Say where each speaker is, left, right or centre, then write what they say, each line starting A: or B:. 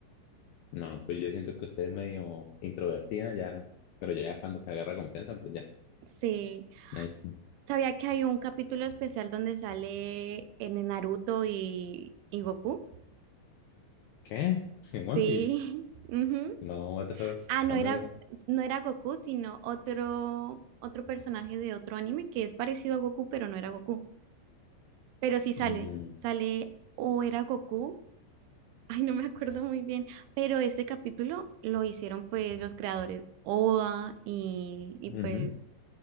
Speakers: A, on the left; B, on the right.
A: No, pues yo siento que usted es medio introvertida ya, pero ya cuando te agarra confianza, pues ya.
B: Sí,
A: Nice.
B: sabía que hay un capítulo especial donde sale en Naruto y, y Goku.
A: ¿Qué? ¿En
B: Sí.
A: One Piece?
B: <laughs> ujú.
A: No, what the fuck,
B: Ah, no
A: ¿Cuándo
B: era,
A: es eso?
B: no era Goku, sino otro, otro personaje de otro anime que es parecido a Goku, pero no era Goku. Pero sí sale,
A: Mm,
B: sale o era Goku. <laughs> Ay, no me acuerdo muy bien, pero este capítulo lo hicieron pues los creadores Oda y, y
A: ujú.
B: pues